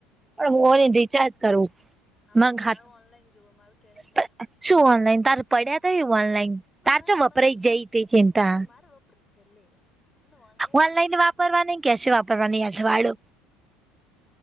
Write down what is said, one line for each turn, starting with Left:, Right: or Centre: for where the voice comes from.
Right: પણ હો નહી રિચાર્જ કરવું
Left: હા
Right: મારા
Left: પણ મારો ઓનલાઈન જોવ મારો કેશ
Right: ખાતામાં
Left: નહી જોતા.
Right: શું ઓનલાઈન તાર પડ્યા તો એ ઓનલાઈન
Left: પણ
Right: તાર
Left: મને
Right: તો વપરાઈ
Left: મને કેશ
Right: જઈ તે ચિંતા.
Left: પણ <unintelligible>
Right: ઓનલાઈન
Left: જ જો
Right: વાપરવા ન કે છે વાપરવા ન આઠવાડો.